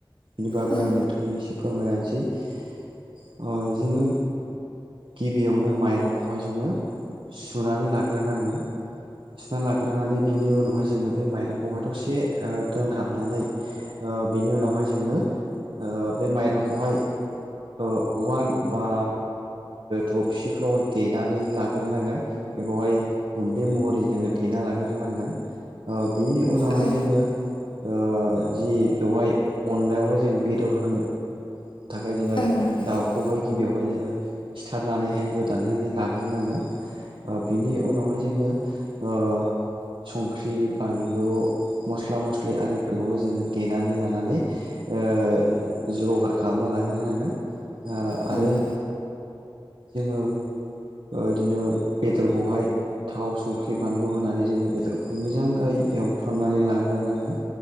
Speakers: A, on the right (about 75°); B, on the left (about 65°).
A: बिनि बागै
B: औ उम
A: आं नोंथांनो एसे फोरमायनानैसै आ जोङो गिबियावनो माइरंखौहाय जोङो सुनानै लाग्रोनांगोन सुना लाग्रोनानै बिनि उनावहाय जोङो बे माइरंखौहाय दसे ओ दोनहाबनानै ओ बिनि उनावहाय जोङो ओ बे माइरंखौहाय उवाल बा थबसिखौ देनानै लाग्रोनांगोन बेखौहाय गुन्दै महरै जोङो देना लाग्रोनांगोन ओ बिनि उनावहाय
B: औ
A: जोङो ओ जि बेवहाय अनलायावहाय जों बेदर होनो थाखाय जोङो
B: ओं ओं
A: दाउ खौहाय गिबियावहाय जोङो खिथारनानैहाय गोदानानै लाग्रोनांगोन ओ बिनि उनावहाय जोङो ओ संख्रि बानलु मस्ला मस्लि आरिफोरखौहाय जोङो देनानै लानानै ओ जगार खालामना लाग्रोनांगोन आ
B: औ
A: आरो
B: उम
A: जोङो ओ इदिनो बेदरखौहाय थाव संख्रि बानलु होनानै जोङो बेदरखौहय मोजाङै एवफ्रामनानै लाग्रोनांगोन